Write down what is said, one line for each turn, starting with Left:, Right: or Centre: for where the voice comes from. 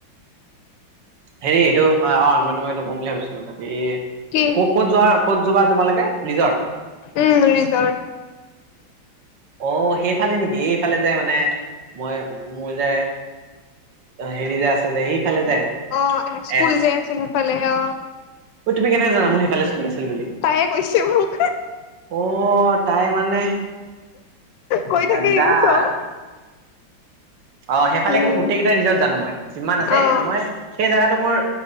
Right: হেৰি এইটো অ অ মই তোমাক এইটো কম বুলি ভাবিছিলো বাকী
Left: কি
Right: ক ক'ত যোৱা ক'ত যোৱা তোমালোকে ৰিজৰ্ট?
Left: উম ৰিজৰ্ট
Right: অ', হেইফালে নেকি এইফালে যে মানে মই মোৰ যে হেৰি যে আছে যে হেইফালে যে
Left: অঁ এ স্কুল
Right: এছ
Left: যে আছিল সেইফালে অ
Right: ঐ তুমি কেনেকে জানা মই সেইফালে আছো আছিল বুলি?
Left: তাইয়ে কৈছে মোক
Right: অ তাই মানে
Left: কৈ
Right: গাদ্দাৰ।
Left: থাকে এইবোৰ চব
Right: অ সেইফালে
Left: উম
Right: কিন্তু গোটেই কেইটাই ৰিজৰ্ট জানো মই, যিমান আছে
Left: অ
Right: মই সেই জেগাটো মোৰ